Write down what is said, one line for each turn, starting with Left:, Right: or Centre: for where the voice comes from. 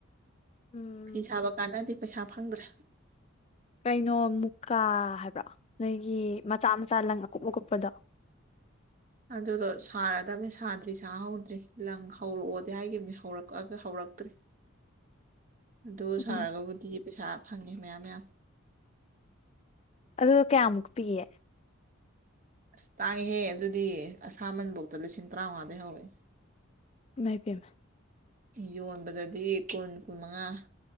Left: ꯎꯝ
Right: ꯐꯤ ꯁꯥꯕ ꯀꯥꯟꯅꯗꯦ ꯄꯩꯁꯥ ꯐꯪꯗ꯭ꯔꯦ
Left: ꯀꯩꯅꯣ ꯃꯨꯀꯥ ꯍꯥꯏꯕ꯭ꯔꯣ ꯅꯣꯏꯒꯤ ꯃꯆꯥ ꯃꯆꯥ ꯂꯪ ꯑꯀꯨꯞ ꯑꯀꯨꯞꯄꯗꯣ
Right: ꯑꯗꯨꯗꯣ ꯁꯥꯔꯗꯕꯅꯤ ꯁꯥꯗ꯭ꯔꯤ ꯁꯥꯍꯧꯗ꯭ꯔꯤ ꯂꯪ ꯍꯧꯔꯛꯑꯣꯗꯤ ꯍꯥꯏꯒꯤꯅꯤ ꯍꯧꯔꯛꯑꯒ ꯍꯧꯔꯛꯇ꯭ꯔꯤ ꯑꯗꯨ
Left: ꯎꯝ
Right: ꯁꯥꯔꯒꯕꯨꯗꯤ ꯄꯩꯁꯥ ꯐꯪꯉꯦ ꯃꯌꯥꯝ ꯃꯌꯥꯝ
Left: ꯑꯗꯨꯒ ꯀꯌꯥꯃꯨꯛ ꯄꯤꯌꯦ
Right: ꯑꯁ ꯇꯥꯡꯉꯤꯍꯦ ꯑꯗꯨꯗꯤ ꯑꯁꯥꯃꯟꯐꯧꯇ ꯂꯤꯁꯤꯡ ꯇꯔꯥꯃꯉꯥꯗꯩ ꯍꯧꯋꯦ
Left: ꯢꯃꯩ ꯄꯦꯝꯃ
Right: ꯌꯣꯟꯕꯗꯗꯤ ꯀꯨꯟ ꯀꯨꯟ ꯃꯉꯥ